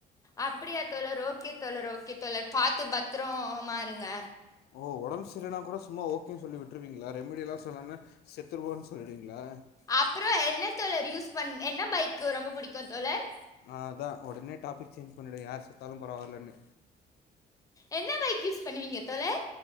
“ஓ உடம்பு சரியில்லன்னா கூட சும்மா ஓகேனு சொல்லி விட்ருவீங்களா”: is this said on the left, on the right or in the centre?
Left